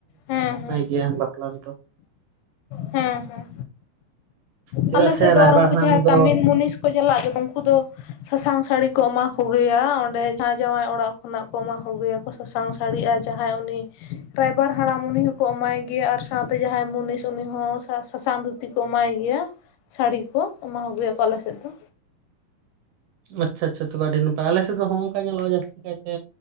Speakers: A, on the left; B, on the right.
A: ᱦᱮᱸ ᱦᱮᱸ
B: <inaudible> ᱜᱮᱭᱟ ᱵᱟᱯᱞᱟ ᱨᱮ ᱫᱚ
A: ᱦᱮᱸ ᱦᱮᱸ
B: ᱪᱮᱫᱟᱜ
A: ᱟᱞᱮ ᱥᱮᱫ
B: ᱥᱮ
A: ᱫᱚ
B: ᱨᱟᱭᱵᱟᱨ
A: ᱟᱨ ᱩᱱᱠᱩ
B: ᱦᱟᱲᱟᱢ ᱫᱚ
A: ᱠᱟᱢᱤ ᱢᱩᱱᱤᱥ ᱠᱚ ᱪᱟᱞᱟᱜ ᱜᱮ ᱩᱱᱠᱩ ᱫᱚ ᱥᱟᱥᱟᱝ ᱥᱟᱹᱲᱤ ᱠᱚ ᱮᱢᱟ ᱠᱚᱜᱮᱭᱟ ᱚᱸᱰᱮ ᱡᱟᱦᱟ ᱡᱟᱶᱟᱭ ᱚᱲᱟᱜ ᱠᱷᱚᱱᱟᱜ ᱠᱚ ᱮᱢᱟ ᱠᱚᱜᱮᱭᱟ ᱠᱳ ᱥᱟᱥᱟᱝ ᱥᱟᱹᱲᱤᱜᱼᱟ ᱡᱟᱦᱟᱸᱭ ᱩᱱᱤ ᱨᱟᱭᱵᱟᱨ ᱦᱟᱲᱟᱢ ᱩᱱᱤ ᱦᱚᱸᱠᱚ ᱮᱢᱟᱭ ᱜᱮᱭᱟ ᱟᱨ ᱥᱟᱶᱛᱮ ᱡᱟᱦᱟᱸᱭ ᱢᱩᱱᱤᱥ ᱩᱱᱤ ᱦᱚᱸ᱾ ᱥᱟᱥᱟᱝ ᱫᱷᱩᱛᱤ ᱠᱚ ᱮᱢᱟᱭ ᱜᱮᱭᱟ, ᱥᱟᱹᱲᱤ ᱠᱚ ᱮᱢᱟ ᱠᱚ ᱜᱮᱭᱟ ᱠᱚ ᱟᱞᱮ ᱥᱮᱫ ᱫᱚ᱾
B: ᱟᱪᱪᱷᱟ ᱟᱪᱪᱷᱟ ᱛᱚᱵᱮ ᱟᱹᱰᱤ ᱱᱟᱯᱟᱭ, ᱟᱞᱮ ᱥᱮᱫ ᱫᱚ ᱦᱚᱸᱜᱼᱚ ᱱᱚᱝᱠᱟ ᱧᱮᱞᱚᱜᱼᱟ ᱡᱟᱹᱥᱛᱤ ᱠᱟᱭᱛᱮ